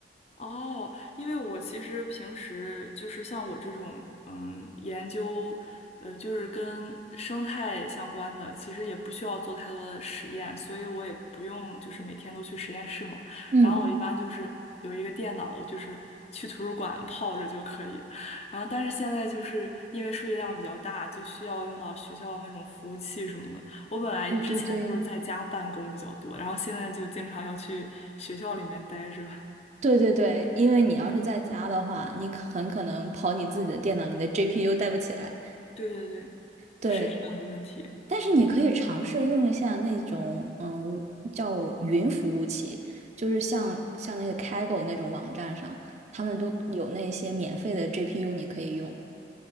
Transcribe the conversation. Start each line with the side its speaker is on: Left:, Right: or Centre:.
Left: 哦，因为我其实平时就是像我这种，嗯，研究，呃，就是跟生态相关的，其实也不需要做太多的实验，所以我也不用就是每天都去实验室嘛。
Right: 嗯，
Left: 然后我一般就是有一个电脑，我就是去图书馆泡着就可以。然后但是现在就是因为数据量比较大，就需要用到学校的那种服务器什么的。我本来之前都是在家办公比较多，
Right: 对对对，
Left: 然后现在就经常要去学校里面待着。<laughs>
Right: 对对对，因为你要是在家的话，你可很可能跑你自己的电脑，你的 GPU 带不起来。
Left: 对对对。
Right: 对，
Left: 是这样的问题，
Right: 但是你可以尝试用一下那种嗯叫云服务器，就是像像那个 Kaggle 那种网站上，他们都有那些免费的 GPU 你可以用。